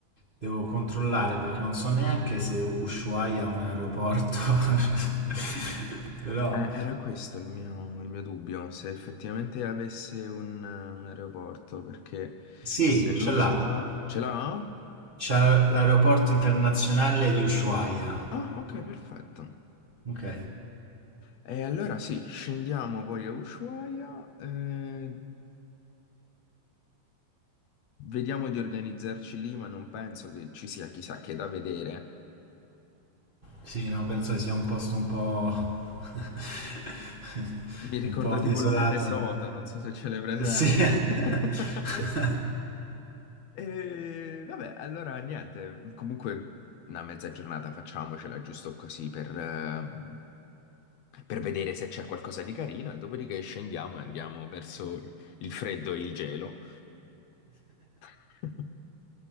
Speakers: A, on the right; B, on the left.
A: devo controllare perché non so neanche se Ushuaia ha un aeroporto, <laughs> però
B: Eh, era questo il mio, il mio dubbio, se effettivamente avesse un, un aeroporto, perché
A: sì,
B: se non
A: ce l'ha.
B: ce l'ha... Ce l'ha?
A: C'è l'aeroporto internazionale di Ushuaia.
B: Ah, ok, perfetto.
A: Ok.
B: E allora sì, scendiamo poi a Ushuaia, eh, vediamo di organizzarci lì, ma non penso che ci sia chissà che da vedere.
A: Sì, no, penso che sia un posto un po'... <laughs>
B: Mi ricorda
A: un po'
B: tipo
A: desolato.
B: il Minnesota, non so se ce l'hai presente.
A: Sì. <laughs>
B: <laughs> E vabbè, allora niente, comunque una mezza giornata facciamocela giusto così per, ehm, per vedere se c'è qualcosa di carino e dopodiché scendiamo e andiamo verso il freddo e il gelo. <laughs>